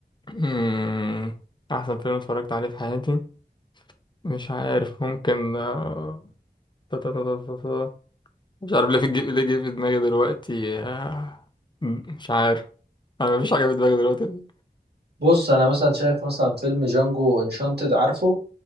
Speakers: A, on the left; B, on the right.
A: مم. أحسن فيلم اتفرجت عليه في حياتي مش عارف ممكن آه، تا- تا- تا- تا- تا- تا. مش عارف ليه في الجي- ليه جه في دماغي دلوقتي آه، مش عارف أنا مفيش حاجة في دماغي دلوقتي
B: بص انا مثلا شايف مثلا فيلم جانجو انشانتد عارفه